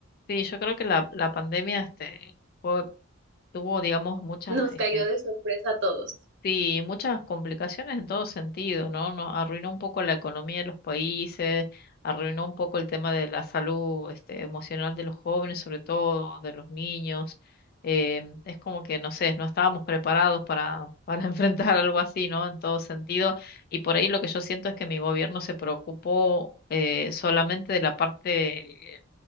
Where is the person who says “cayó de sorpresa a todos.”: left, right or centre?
Right